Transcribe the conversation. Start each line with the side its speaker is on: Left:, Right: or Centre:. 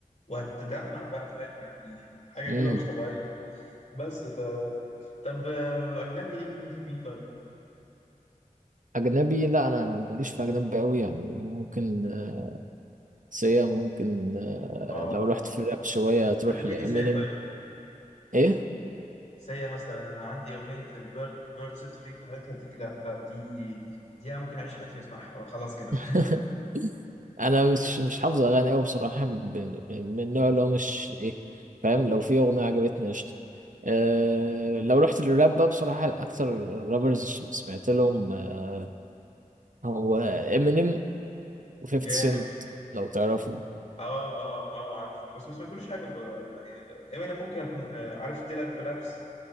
Left: وهتدمع بقى فاهم يعني حاجة
Right: امم
Left: كده مش طبيعية بس ف طب آه، اجنبي ليك مين في مين طيب
Right: اجنبي لا انا انا ماليش في اجنبي قوي يعني ممكن آه، سيا ممكن آه،
Left: اه
Right: لو رحت
Left: اه
Right: في الراب شوية تروح
Left: بتحب مين
Right: لامينيم
Left: اللي سيا طيب يا اسطى
Right: ايه
Left: سيا مثلا انا عندي اغنية البيرد بيرد سيت فري بتاعتها دي لا لا دي دي انا ممكن اعيش حياتي واسمعها خلاص كده
Right: <laughs>
Left: فاهم
Right: انا مش مش حافظ اغاني قوي بصراحه ب- ب- من النوع اللي هو مش ايه فاهم لو في اغنيه عجبتني قشطه أه لو رحت للراب بقى بصراحه اكتر رابرز ش- سمعت لهم آه، هو امينيم و50
Left: جامد
Right: سنت لو تعرفوا
Left: اه اه اه عارف بس ما سمعتلوش حاجه ب- يعني امينيم ممكن اكون آه، عارف تيلا كولابس